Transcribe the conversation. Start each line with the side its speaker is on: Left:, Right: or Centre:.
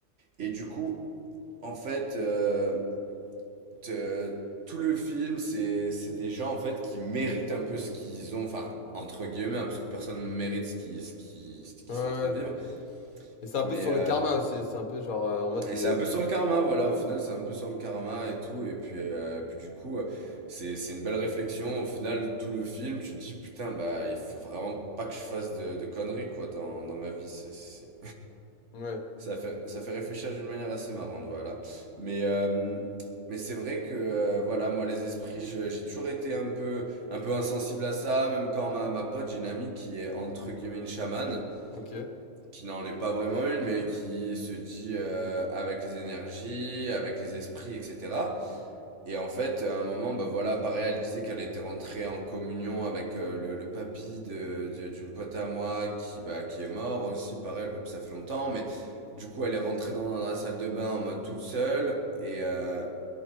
Right: et du coup en fait euh, te- tout le film c'est c'est des gens en fait qui méritent un peu ce qu'ils ont enfin entre guillemets hein, parce que personne mérite ce qui ce qui ce qu'ils
Left: Ouais, ouais.
Right: sont en train de vivre
Left: Mais c'est un
Right: mais
Left: peu sur
Right: euh,
Left: le karma aussi, c'est un peu genre euh, en mode...
Right: Et
Left: il
Right: c'est
Left: est-
Right: un peu sur le karma, voilà,
Left: Ouais,
Right: au final, c'est un peu sur le karma et tout. Et puis, euh, puis du coup, euh, c'est, c'est une belle réflexion. Au final, tout le film, tu te dis, putain, bah, il faut vraiment pas que je fasse de, de conneries, quoi, dans, dans ma vie. C'est, c'est-
Left: ouais,
Right: Ça fait, ça fait réfléchir d'une manière assez marrante, voilà. Mais, euh, mais c'est vrai que, euh, voilà, moi, les esprits, je- j'ai toujours été un peu, un peu insensible à ça. Même quand ma, ma pote, j'ai une amie qui est, entre guillemets, une chamane
Left: ok.
Right: qui n'en est pas vraiment une, mais qui se dit euh, avec les énergies, avec les esprits, etc. Et en fait, à un moment, bah voilà, pareil, elle disait qu'elle était rentrée en communion avec euh, le, le papy de, de- d'une pote à moi qui, bah, qui est mort aussi. Pareil, le papy, ça fait longtemps, mais du coup, elle est rentrée dans, dans la salle de bain en mode toute seule et, euh,